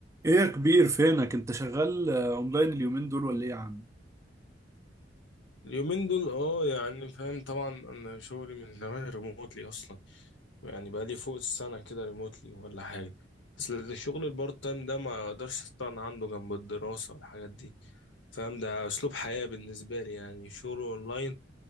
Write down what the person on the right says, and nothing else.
ايه يا كبير فينك انت شغال آه، اونلاين اليومين دول ولا ايه يا عم